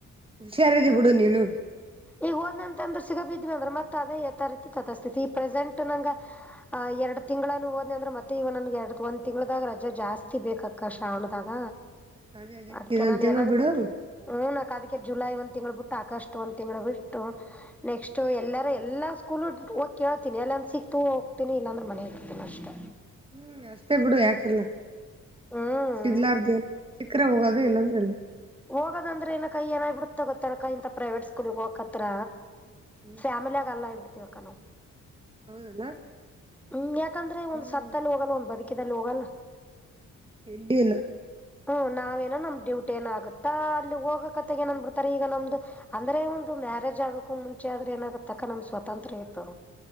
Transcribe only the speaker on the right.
ಹುಷಾರ ಅದಿ ಬಿಡು ನೀನು
ಅದೇ ಅದೇ
ಇದೊಂದ್
ತಿಂಗಳು
ಬಿಡು
ಹು ಹು ಅಷ್ಟೇ ಬಿಡು ಯಾಕರಲಕ
ಸಿಗ್ಲಾರದ ಏನ ಸಿಕ್ರ ಹೋಗೋದೇ ಇಲ್ಲಾಂದ್ರ ಇಲ್ಲ
ಹ್ಮ್
ಹೌದಲ್ಲ
ಹ್ಮ್
ಎಲ್ಲಿ ಇಲ್ಲ